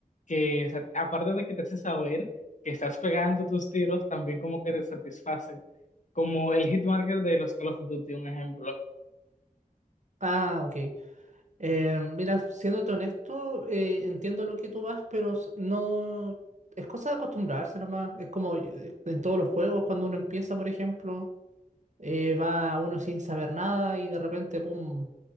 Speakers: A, on the left; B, on the right.
A: que, o sea, aparte de que te hace saber que estás pegando tus tiros, también como que te satisface, como el hitmarker de los Call of Duty, un ejemplo.
B: Ah, ok. Eh, mira, siéndote honesto, eh, entiendo lo que tú vas, pero s- no... Es cosa de acostumbrarse nomás. Es como eh, en todos los juegos, cuando uno empieza, por ejemplo, eh, va uno sin saber nada y de repente, pum,